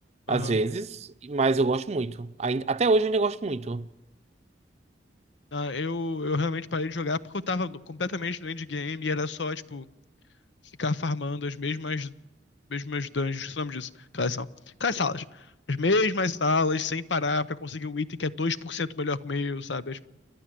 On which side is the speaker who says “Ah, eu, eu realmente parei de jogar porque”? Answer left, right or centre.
Left